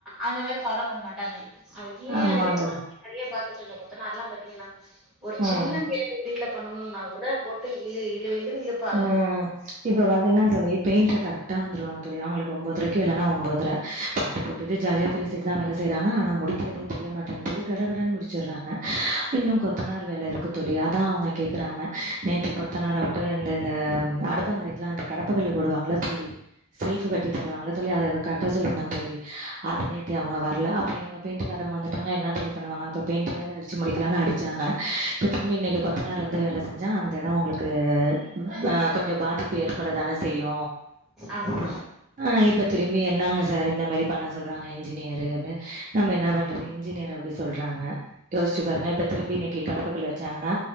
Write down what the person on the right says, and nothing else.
ஆமா தோழி
ம்
ம் இப்ப பாத்தீங்கன்னா தோழி பெயிண்டர் கரெக்டா வந்துருவாங்க தோழி அவுங்குளுக்கு ஒம்போதரைக்கு இல்லன்னா ஒம்போதர பாட்டு போட்டுட்டு ஜாலியா பேசிட்டு தா வேல செய்றாங்க ஆனா முடிக்குறதே தெரிய மாட்டேங்குது தோழி கடகடன்னு முடிச்சிடுறாங்க இன்னு கொத்தனார் வேல இருக்கு தோழி அதா அவுங்க கேக்கறாங்க நேத்து கொத்தனாரவுட்டோ இந்த இந்த அடுப்பாங் கரைக்குல்லா அ கடப்பா கல்லு போடுவாங்கல தோழி செல்ஃபு கட்டி தருவாங்கள தோழி அத இத கரெக்டா சொல்லிருந்தான் தோழி அது நேத்தி அவ்ங்க வர்ல அப்பற இவ்ங்க பெயின்டுக்காரவ்ங்க வந்துட்டாங்க என்ன தோழி பண்ணுவாங்க அப்பற பெயிண்டயாது அடிச்சு முடிக்கலானு அடிச்சாங்க இப்ப திரும்ப இன்னைக்கு கொத்த னாரு வந்து வேல செஞ்சா அந்த எட ஒங்களுக்கு ஆ கொஞ்ச பாதிப்பு ஏற்பட தானே செய்யு
ஆ இப்ப திரும்பி என்னாங்க சார் இந்த மாரி பண்ண சொல்றாங்க இன்ஜினியரு அப்டின் நம்ம என்ன பண்றது இன்ஜினியரு அப்டி சொல்றாங்க யோஸ்ச்சு பாருங்க இப்ப திரும்பி இன்னைக்கு கடப்பக்கல்ல ச்சாங்கனா